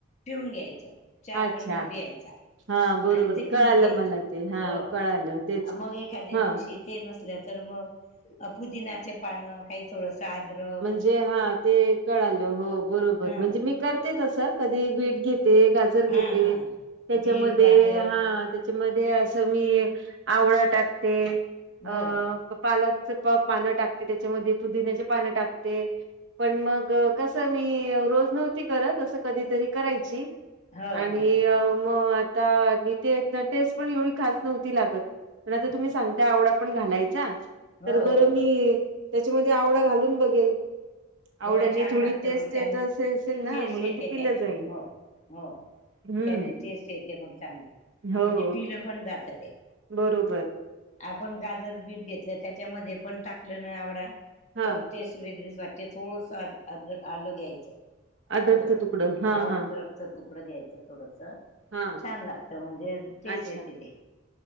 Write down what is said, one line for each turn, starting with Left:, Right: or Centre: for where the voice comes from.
Left: पिऊून घ्यायचं. हा
Right: अच्छा
Left: पण नाही पियायचा.
Right: हा बरोबर
Left: आणि ते
Right: कळालं
Left: पिऊन घ्यायचं
Right: मला ते हा
Left: हो
Right: कळालं तेच
Left: मग एखाद्या
Right: हा
Left: दिवशी ते नसल्या तर मग पुदिन्याचे पानं काही थोडस आदरक
Right: जे हा ते कळालं हो बरोबर
Left: हं
Right: म्हणजे मी करते तस कधी बीट घेते गं. घे
Left: हा हा
Right: त्याच्यामध्ये
Left: बीट गाजर
Right: हा. त्याच्यामध्ये असं मी आवळा टाकते अ
Left: हो
Right: पालक. पानं टाकते त्याच्यामध्ये पुदिन्याचे पानं टाकते. पण मग कसं मी रोज नव्हती करत असं कधीतरी करायची.
Left: हो
Right: आणि
Left: हो
Right: मग आता ते टेस्ट पण एवढी खास नव्हती लागत. पण आता तुम्ही सांगता आवडा पण घालायचा.
Left: हो
Right: तर बरं
Left: हो
Right: मी त्याच्यामध्ये आवडा घालून बघेल. आवड
Left: हो
Right: आणि
Left: छान
Right: थोडी
Left: लागत
Right: टेस्ट
Left: मग त्याने
Right: येत असे असेल ना
Left: ठेस
Right: म्हणून
Left: येते
Right: ते पिलं
Left: त्याने
Right: जाईल.
Left: हो हो.
Right: हम्म
Left: त्याने टेस्ट येते मग चांगली
Right: हो
Left: म्हणजे पिलं पण जात ते.
Right: बरोबर.
Left: आपण गाजर बीट घेतलं त्याच्यामध्ये पण टाकलं ना आवडा
Right: हा
Left: तर टेस्ट वेगळीच वाटते. ते थोडस आलं घ्यायचं.
Right: अद्रकचं
Left: अ्र
Right: तुकडं हा
Left: वागद
Right: हा
Left: रक्त तुकड घ आयत थोडस.
Right: हा
Left: छान लागतं म्हणजे तेच
Right: अच्छा
Left: येते तेे.